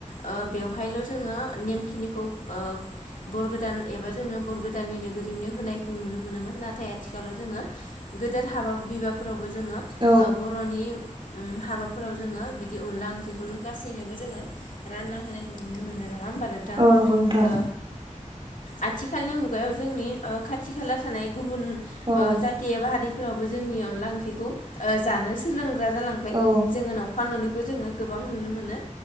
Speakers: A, on the left; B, on the right.
A: ओ बेवहायल' जोङो नेमखिनिखौ ओ बर' गोदान, एबा जोंनो बर' गोदाननि लोगोरिनो होनायखौ नुनो मोनोमोन नाथाय आथिखालाव जोङो, गेदेर हाबा बिबाफोरावबोजोङो ओ
B: औ
A: बर'नि, उम हाबाफोराव जोङो बिदि अनला ओंख्रिखौनो गासैनोबो जोङो, रानना होनायखौ नुनो मोनो नङा होमबा नोंथां,
B: नंगौ नंगौ नोंथां,
A: ओ आथिखालनि मुगायावजोंनि ओ खाथि खाला थानाय गुबुन ओ
B: औ
A: जाथि एबा हारि, फोरावबो जोंनि अनला ओंख्रिखौ ओ जानो सोलोंग्रा जालांबाय
B: औ
A: जोङो न'फा नै, खौ जोङो गोबां नुनो मोनो,